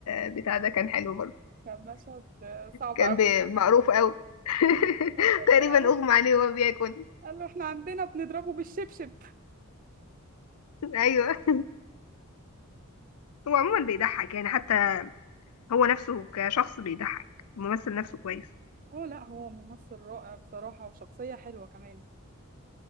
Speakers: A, on the left; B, on the right.
A: البتاع ده كان حلو برضه
B: كان مشهد آه، صعب
A: كان
B: قوي
A: بي-
B: <laughs>
A: معروف قوي <laughs>
B: مشهد
A: تقريبا
B: قال
A: اغمى عليه وهو بياكل
B: قال له احنا عندنا بنضربه بالشبشب
A: ايوه هو عموما بيضحك يعني حتى هو نفسه كشخص بيضحك الممثل نفسه كويس
B: اه لا هو ممثل رائع بصراحة وشخصية حلوة كمان